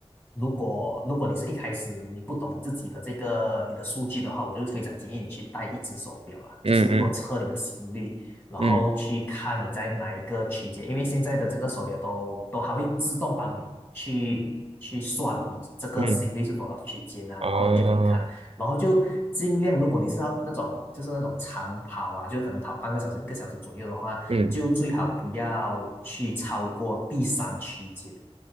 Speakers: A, on the left (about 20°); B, on the right (about 65°).
A: 如果如果你是一开始你不懂自己的这个你的数据的话，我就非常建议你去戴一只手表啦，
B: 嗯嗯
A: 就是能够测你的心率，然后去看你在哪一个区间，
B: 嗯
A: 因为现在的这个手表都都还会自动帮你去去算你这个心率是多少区间啊，
B: 嗯，哦，
A: 然后你就可以看。然后就尽量，如果你是要那种就是那种长跑啊，就是可能跑半个小时、一个小时左右的话，
B: 嗯。
A: 就最好不要去超过第三区间。